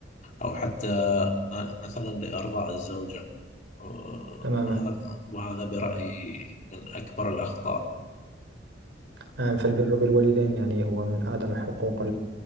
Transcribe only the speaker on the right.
تماما
آه، فالبر بالوالدين يعني هو من أعظم حقوق